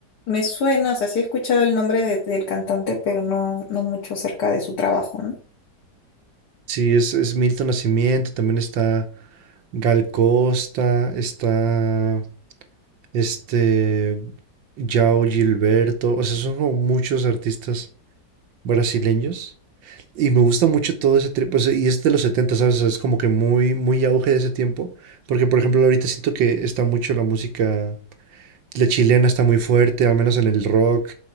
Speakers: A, on the left; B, on the right.
A: me suena, o sea, sí he escuchado el nombre de- del cantante, pero no, no mucho acerca de su trabajo, ¿no?
B: Sí, es, es Milton Nacimiento. También está Gal Costa, está este Yao Gilberto. O sea, son como muchos artistas brasileños Y me gusta mucho todo ese trip, pues, y es de los 70, ¿sabes? O sea, Es como que muy, muy auge de ese tiempo, porque por ejemplo ahorita siento que está mucho la música, la chilena está muy fuerte, al menos en el rock,